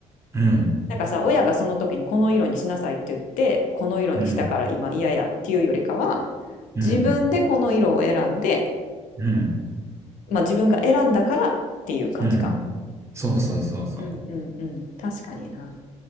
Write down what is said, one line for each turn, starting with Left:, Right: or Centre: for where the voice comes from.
Right: うん。
Left: なんかさ、親がその時にこの色にしなさいって言って、この色にしたから今嫌やっていうよりかは、
Right: うん。うん、
Left: 自分でこの色を選んで、
Right: うん、
Left: まあ自分が選んだからっていう感じか。
Right: うん。そうそうそうそ
Left: うんうんうん。確かにな。